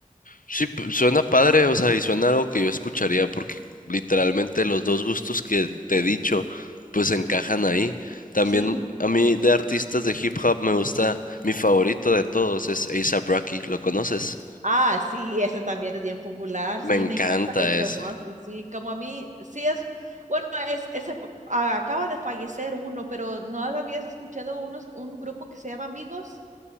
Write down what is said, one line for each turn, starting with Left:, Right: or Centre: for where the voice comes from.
Left: Sí, p- suena padre, o sea, y suena algo que yo escucharía porque literalmente los dos gustos que te he dicho pues encajan ahí. También
Right: Sí.
Left: a mí de artistas de hip hop me gusta, mi favorito de todos es A$AP Rocky, ¿lo conoces?
Right: Ah, sí, ese también es bien popular, sí,
Left: Me encanta
Right: me encanta ese
Left: ese.
Right: Rocky, sí, como a mí, sí es, bueno, es, ese, po- a- acaba de fallecer uno, pero ¿no habías escuchado unos, un grupo que se llama Amigos?